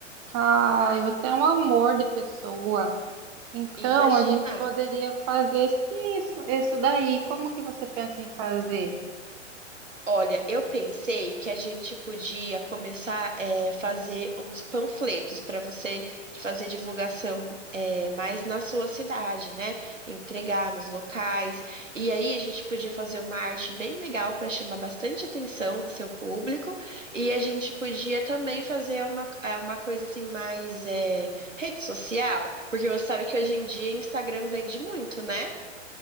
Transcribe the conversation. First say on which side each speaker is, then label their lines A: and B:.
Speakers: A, on the right; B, on the right.
A: Ai, você é um amor de pessoa. Então,
B: Imagina.
A: a gente poderia fazer sim, isso, isso daí. Como que você pensa em fazer?
B: Olha, eu pensei que a gente podia começar a fazer uns panfletos para você fazer divulgação eh, mais na sua cidade, né? Entregar nos locais. E aí a gente podia fazer uma arte bem legal para chamar bastante atenção do seu público. E a gente podia também fazer uma, eh, uma coisa assim mais eh, rede social, porque você sabe que hoje em dia Instagram vende muito, né?